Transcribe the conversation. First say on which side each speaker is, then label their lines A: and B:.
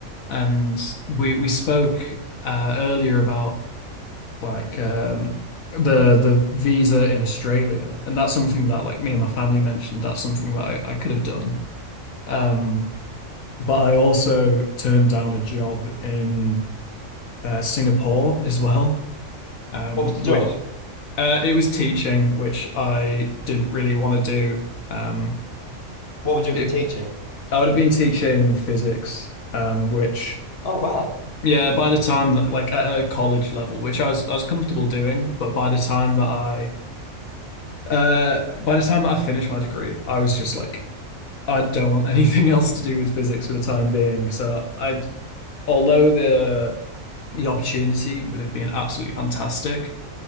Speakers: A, on the left (about 85°); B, on the left (about 45°).
A: And we we spoke uh earlier about like um the the visa in Australia and that's something that like me and my family mentioned that's something that I, I could have done um but I also turned down a job in uh, Singapore as well um
B: what was the
A: which
B: job
A: uh it was teaching which I didn't really want to do um
B: what would you have
A: it
B: been teaching
A: I would have been teaching physics um which
B: oh wow
A: yeah by the time that, like at a college level which I was I was comfortable doing but by the time that I Uh, by the time that I finished my degree, I was just like, I don't want <laughs> anything else to do with physics for the time being. So I, although the the opportunity would have been absolutely fantastic,